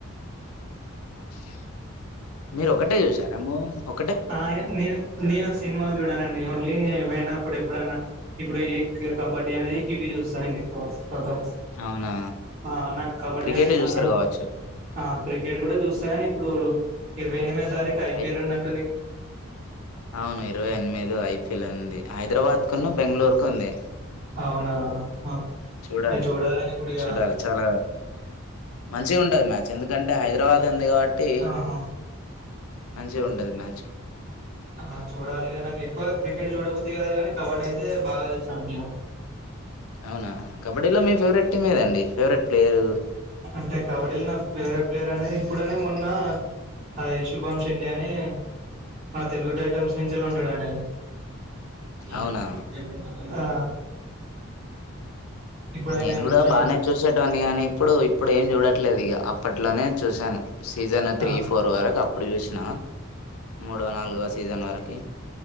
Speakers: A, on the left (about 85°); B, on the right (about 40°).
A: <inaudible> మీరు ఒక్కటే చూసారా అమ్మూ ఒ
B: ఆయె నేన్ నేను సినిమాల్ జూడనండి, ఓన్లీ ఏవైనా అప్పుడెప్పుడన్న. ఇప్పుడు ఈ క కబడ్డీ అనేది గిది జూస్తా నేను ఏక్కువ
A: అవునా!
B: హా నాకు కబడ్డీ
A: క్రికెటే
B: అంటే చానా
A: చూస్తారు కావచ్చు.
B: హా క్రికెట్ గూడా చూస్తా గాని ఇప్పుడు ఇరవై ఎనిమిదో తా నెక్స్ట్ ఐపిల్
A: అయ్
B: ఉన్నట్
A: అవును ఇరవై ఎన్మిదో ఐప్ పి ల్ ది హైదరాబాద్ కున్ను బెంగుళూర్కు ఉంది.
B: అవునా ఆ
A: చూడాలి
B: ఇగ చూడాలని ఇప్పుడు ఇగ
A: చూడాలి చాలా మంచిగా ఉంటది మ్యాచ్ ఎందుకంటే హైదరాబాద్ ఉంది కాబట్టి
B: ఆహా
A: మంచిగా ఉంటది మ్యా చక్
B: ఆ చూడాలిగా నాకు ఎక్కువ క్రికెట్ చూడబద్ది గాదు గానీ కబడ్డీ ఐతే బాగా చూస్తాను నేను.
A: అవునా కబడ్డీలో మీ ఫేవరెట్ టీమ్ ఏదండి? Favourite player.
B: అంటే కబడ్డీ లో నాకు ఫేవరెట్ ప్లేయర్ అనేది ఇప్పుడనే మొన్న ఐ శుభమ్ షిండే అని మన తెలుగు టైటమ్స్ నుంచి ఉంటాడైననే. <unintelligible>
A: అవునా
B: ఆ ఇప్పుడు
A: నేను
B: ఆయన
A: కూడా
B: మొచ్చ
A: బానే చూసేటోన్నీ గానీ ఇప్పుడు. ఇప్పుడేం చూడట్లేదు ఇగా అప్పట్లోనే చూశాను. సీజన్ త్రీ
B: ఆ
A: ఫోర్ వరకు అప్ అప్పుడు చూసినా మూడో నాలుగో సీజన్ వరకి